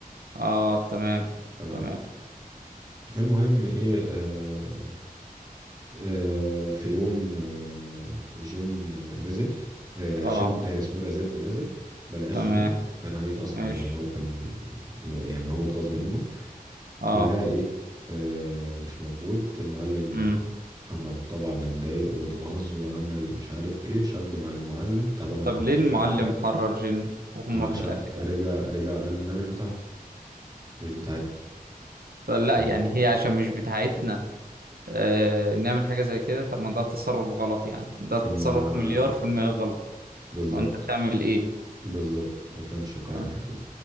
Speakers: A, on the right (about 85°); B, on the right (about 25°).
A: اه تمام
B: تمام
A: تمام
B: المهم ايه آه آه، في يوم آه، جين نزل آه،
A: اه
B: شين آه، اسمه ده زد نزل ما لقاش
A: تمام
B: جين وكان عايز اصلا
A: ماشي
B: يعني هو كان يعني هو متغاظ منه
A: اه
B: لا ايه آه، مش موجود المعلم
A: امم
B: قرر طبعا اتضايق واتغاظ وعمل مش عارف ايه شد مع المعلم طب انا
A: طب
B: هروح
A: ليه المعلم
B: مش عارف كذا
A: حرر جن وهم
B: ما
A: في
B: عشان
A: الاخر
B: رجع
A: يعني
B: رجع قال انها مش بتاعته مش بتاعتنا
A: طب لا
B: فاهم
A: يعني هي عشان مش بتاعتنا آه نعمل حاجة زي كده طب ما ده تصرف غلط يعني ده تصرف
B: ما
A: مليار في المية غلط
B: بالظبط
A: لو انت بتعمل ايه
B: بالظبط ما كانش قرار
A: فاهم
B: حكيم